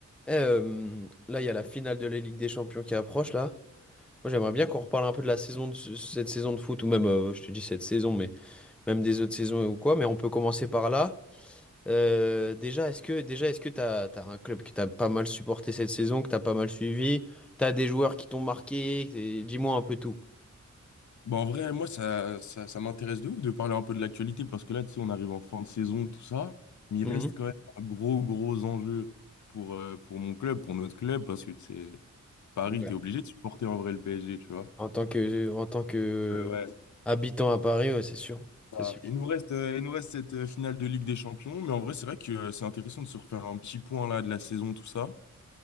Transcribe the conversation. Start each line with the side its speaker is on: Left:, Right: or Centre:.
Centre: Eh, euh, là, il y a la finale de la Ligue des Champions qui approche, là. Moi, j'aimerais bien qu'on reparle un peu de la saison de ce- cette saison de foot, ou même, euh, je te dis cette saison, mais même des autres saisons ou quoi. Mais on peut commencer par là. Euh, déjà, est-ce que déjà, est-ce que t'as, t'as un club que t'as pas mal supporté cette saison, que t'as pas mal suivi? T'as des joueurs qui t'ont marqué? t'es- Dis-moi un peu tout.
Left: Bah en vrai, moi, ça, ça, ça m'intéresse de ouf de parler un peu de l'actualité parce que là, tu sais, on arrive en fin de saison, tout ça, mais il
Centre: Mhm.
Left: reste quand même un gros, gros enjeu pour, euh, pour mon club, pour notre club, parce que, tu sais, Paris,
Centre: Ouais.
Left: t'es obligé de supporter en vrai le PSG, tu vois.
Centre: En tant que, en tant que
Left: Euh, ouais.
Centre: euh, habitant à Paris, ouais, c'est sûr. C'est
Left: Ah,
Centre: sûr.
Left: il nous reste, euh, il nous reste cette euh, finale de Ligue des Champions, mais en vrai, c'est vrai que euh, c'est intéressant de se refaire un petit point là de la saison, tout ça.